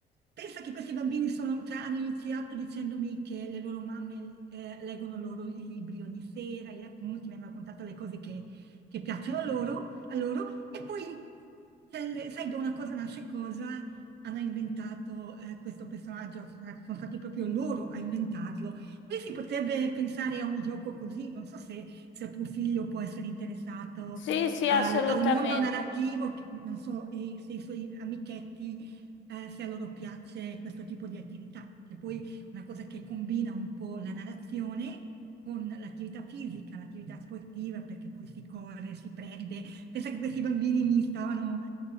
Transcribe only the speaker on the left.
Sì, sì,
assolutamente.